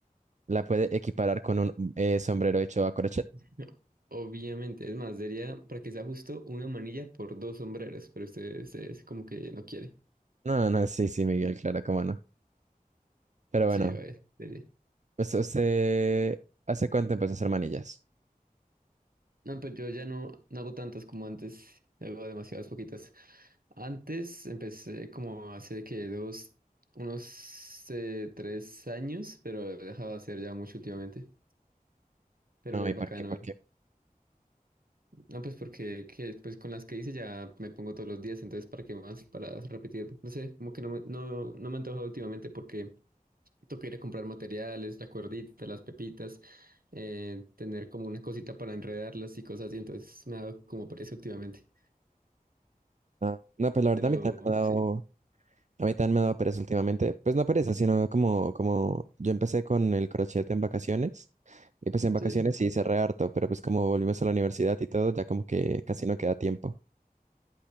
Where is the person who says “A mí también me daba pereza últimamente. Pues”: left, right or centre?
Right